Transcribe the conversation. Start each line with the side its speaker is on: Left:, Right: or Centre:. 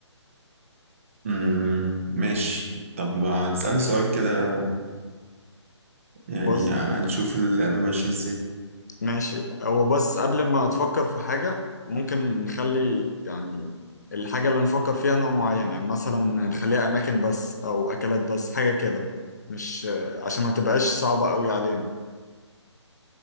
Right: مم. ماشي طب ما تسألني سؤال كده يعني
Left: بص
Right: هنشوف اللعبة ماشية ازاي
Left: ماشي هو بس قبل ما تفكر في حاجة ممكن نخلي يعني الحاجة اللي نفكر فيها نوع معين يعني مثلا نخليها أماكن بس أو أكلات بس حاجة كده مش عشان ما تبقاش صعبة قوي علينا